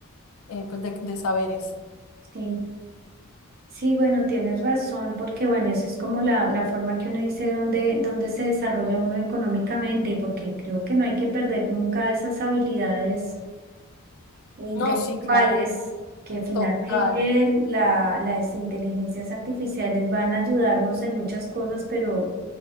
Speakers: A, on the left; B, on the right.
A: eh, pues de, de saberes.
B: sí. Sí, bueno, tienes razón, porque bueno, esa es como la, la forma que uno dice dónde, dónde se desarrolla uno económicamente, porque creo que no hay que perder nunca esas habilidades intelectuales,
A: No, sí, claro,
B: que finalmente
A: total,
B: la- las inteligencias artificiales van a ayudarnos en muchas cosas, pero